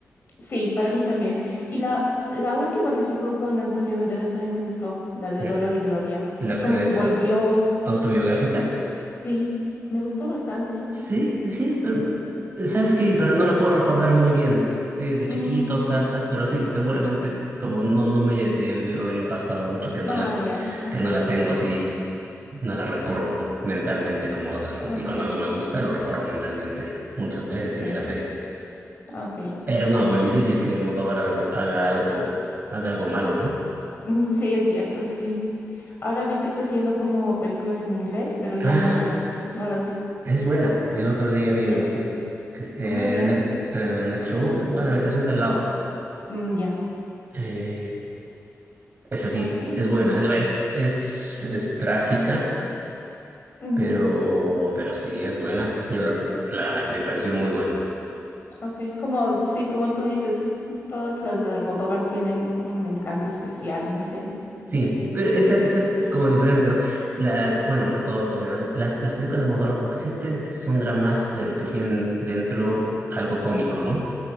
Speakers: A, on the left; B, on the right.
A: sí, para mí también. Y la, la última que sacó con Antonio Banderas también me gustó, la de
B: La,
A: Dolor y Gloria.
B: la
A: Es como
B: que
A: que
B: es
A: volvió,
B: autobiográfica.
A: sí, me gustó bastante.
B: Sí, sí, pero eh, sabes que, pero no la puedo recordar muy bien. Sí, de chiquitos,
A: Mm,
B: sasas, pero sí, seguramente como no, no me debió haber impactado mucho que no
A: ah,
B: la,
A: ya,
B: que no la tengo así, no la recorro mentalmente como otras, que
A: ok,
B: sí, cuando algo me gusta lo recorro mentalmente muchas veces y
A: sí,
B: me la sé.
A: ok.
B: Pero no, pues difícil que el Almodóvar algo, haga algo, haga algo malo, ¿no?
A: Mm, Sí, es cierto, sí. Ahora vi que está haciendo como películas en inglés, pero ya,
B: Ah,
A: ya no las, no las vi.
B: es buena. El otro día vi una, sí. Que es, eh,
A: Ah, ya,
B: Next, eh, Next Room, bueno, la habitación de al lado.
A: mm, ya,
B: Eh, Es así,
A: ok.
B: es buena, es, es, es- es trágica,
A: Ujú,
B: pero, pero sí es buena. Yo lo- la, me pareció muy buena.
A: Ok, como, sí, como tú dices, todas las de Almodóvar tienen un encanto especial, no sé.
B: Sí, pero esta, esta es como diferente, ¿no? La, bueno, aunque todos son de madera, las, las películas de Almodóvar como que siempre son dramas, pero que tienen dentro algo cómico, ¿no?